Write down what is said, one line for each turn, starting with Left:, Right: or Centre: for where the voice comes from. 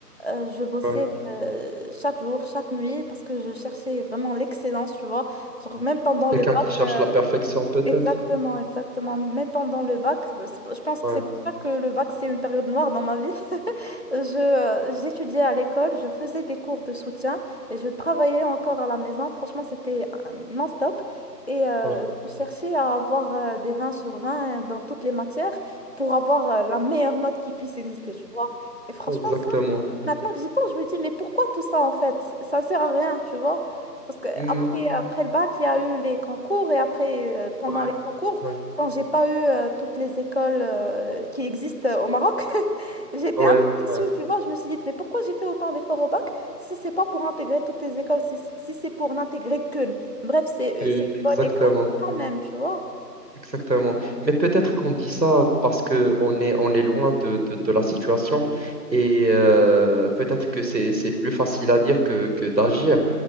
Left: euh, je bossais
Right: Ouais.
Left: euh, chaque jour, chaque nuit, parce que je cherchais vraiment l'excellence, tu vois. Genre,
Right: Mhm.
Left: même pendant
Right: Quelqu'un
Left: le bac,
Right: qui cherche
Left: euh,
Right: la perfection, peut-être.
Left: exactement, exactement, même pendant le bac, euh, c'est- je pense
Right: Ouais,
Left: que c'est pour ça que le bac, c'est une période noire dans ma vie. Je, euh, j'étudiais à l'école, je faisais des cours de soutien et je travaillais encore à la maison. Franchement, c'était un non-stop. Et euh,
Right: ouais,
Left: je cherchais à avoir euh, des 20 sur 20 dans toutes les matières pour avoir euh, la meilleure note qui puisse exister, tu vois. Et franchement,
Right: exactement.
Left: ça, maintenant que j'y pense, je me dis, mais pourquoi tout ça en fait? Ça sert à rien, tu vois. Parce que
Right: Hmm,
Left: après, après le bac, il y a eu les concours et après, euh, pendant
Right: Ouais,
Left: les concours,
Right: ouais,
Left: quand j'ai pas eu euh, toutes les écoles euh, qui existent euh, au Maroc. <laughs> J'étais
Right: ouais,
Left: un peu déçue,
Right: ouais.
Left: tu vois. Je me suis dit, mais pourquoi j'ai fait autant d'efforts au bac si c'est pas pour intégrer toutes les écoles, si, si c'est pour n'intégrer qu'une. Bref, c'est euh,
Right: Une,
Left: c'est une
Right: exactement.
Left: bonne école, mais quand même, tu vois.
Right: Exactement. Mais peut-être qu'on dit ça parce que on est, on est loin de, de, de la situation et euh, peut-être que c'est, c'est plus facile à dire que, que d'agir